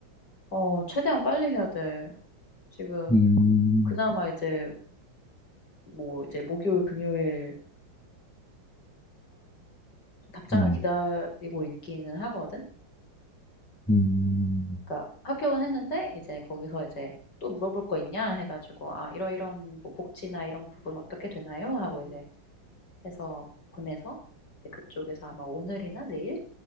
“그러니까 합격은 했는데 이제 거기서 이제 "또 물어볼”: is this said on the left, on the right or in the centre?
Left